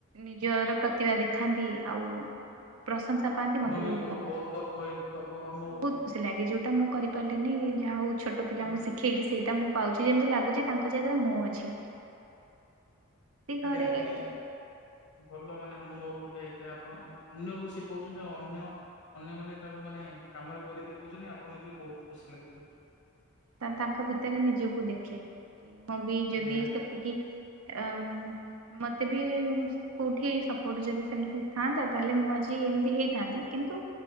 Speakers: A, on the right; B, on the left.
A: ନିଜର ପ୍ରତିଭା ଦେଖାନ୍ତି ଆଉ ପ୍ରଶଂସା ପାଆନ୍ତି
B: ଆପଣ
A: ମତେ
B: ବି ବହୁ
A: ଭଲ ଲାଗେ।
B: ବହୁତ ଗର୍ବ ଏଇ ଗର୍ବ ଅନୁଭବ
A: ବହୁତ ଖୁସି ଲାଗେ ଯୋଉଟା ମୁଁ କରିପାରିଲିନି ଯାହା ହଉ ଛୋଟ ପିଲାଙ୍କୁ
B: ହଁ।
A: ଶିଖେଇକି ସେଇଟା ମୁଁ ପାଉଛି ଯେମତି ଲାଗୁଛି ତାଙ୍କ ଜାଗାରେ ମୁଁ ଅଛି।
B: ଆଜ୍ଞା
A: ଘରେ ହଁ
B: ନେ ଭଲ ମାନେ ଅନୁଭବ ଗୋଟେ ହେଇଥାଏ ଆପଣ ଅନ୍ୟକୁ ଶିଖଉଛନ୍ତି ଆଉ ଅନ୍ୟ ଅନ୍ୟମାନେ ତାକୁ ମାନେ କାମରେ କରି ଦେଖଉଛନ୍ତି ଆପଣଙ୍କୁ ବି ବହୁତ ଖୁସି ଲାଗୁଥିବ।
A: ତା ତାଙ୍କ ଭିତରେ ନିଜକୁ ଦେଖେ କି ମୁଁ ବି ଯଦି
B: ଆଜ୍ଞା
A: ସେତିକି ଆମ୍ ମତେ ବି କୋଉଠି ସପୋର୍ଟ ଯଦି ସେମିତି ଥାନ୍ତା ତାହେଲେ ମୁଁ ଆଜି ଏମିତି ହେଇଥାନ୍ତି କିନ୍ତୁ